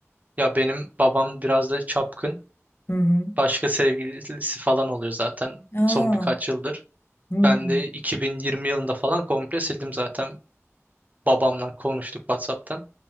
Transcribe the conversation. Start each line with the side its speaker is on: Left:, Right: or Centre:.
Right: Ya benim babam biraz da çapkın.
Left: Hı hı.
Right: Başka sevgilisi falan oluyor zaten
Left: Aa,
Right: son birkaç yıldır.
Left: hı hı.
Right: Ben de 2020 yılında falan komple sildim zaten. Babamla konuştuk WhatsApp'tan.